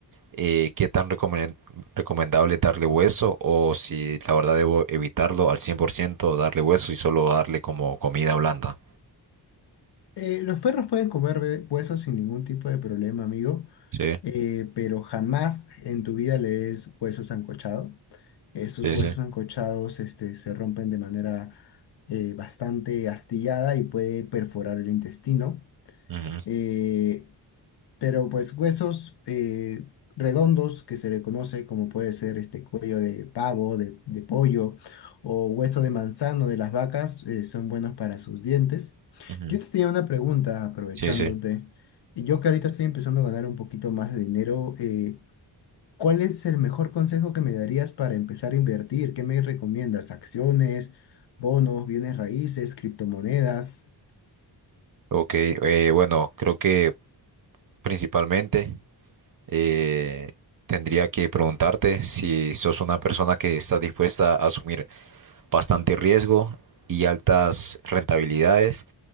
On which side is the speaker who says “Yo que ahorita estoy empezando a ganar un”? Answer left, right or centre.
Left